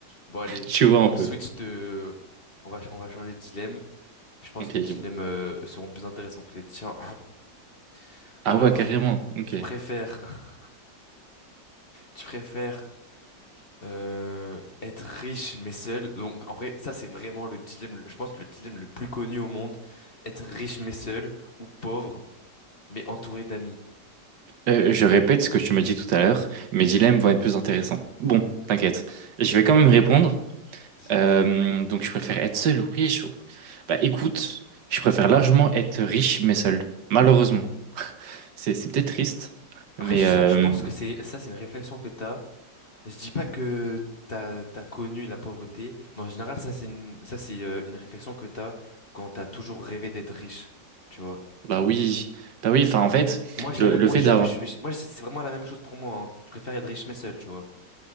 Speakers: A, on the left; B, on the right.
A: Bon, allez,
B: tu vois un
A: on
B: peu.
A: switch de... On va, on va changer de dilemme. Je pense
B: Ok,
A: que mes dilemmes
B: j'ai-
A: euh, seront plus intéressants que les tiens. <clears throat> Alors,
B: Ah ouais, carrément. Ok.
A: tu préfères... <laughs> Tu préfères euh, être riche mais seul. Donc, en vrai, ça, c'est vraiment le dilemme... le- Je pense le dilemme le plus connu au monde. Être riche mais seul ou pauvre mais entouré d'amis.
B: Euh, je répète ce que tu m'as dit tout à l'heure, mes dilemmes vont être plus intéressants. Bon, t'inquiète, je vais quand même répondre.
A: Vas-y,
B: Euh,
A: vas-y.
B: donc, je préfère être seul ou riche ou- Bah, écoute, je préfère largement être riche mais seul, malheureusement. C'est c'est peut-être triste,
A: Après,
B: mais
A: je- ça,
B: euh,
A: je pense que c'est... Ça, c'est une réflexion que t'as. Je dis pas que t'as t'as connu la pauvreté, mais en général, ça c'est une, ça c'est euh, une réflexion que t'as quand t'as toujours rêvé d'être riche, tu vois.
B: bah oui, bah oui. Enfin, en fait,
A: Moi j'ai
B: le,
A: la même,
B: le
A: moi
B: fait
A: je,
B: d'avoir.
A: peux- je- je- moi c'est vraiment la même chose pour moi. hein. Je préfère être riche mais seul, tu vois.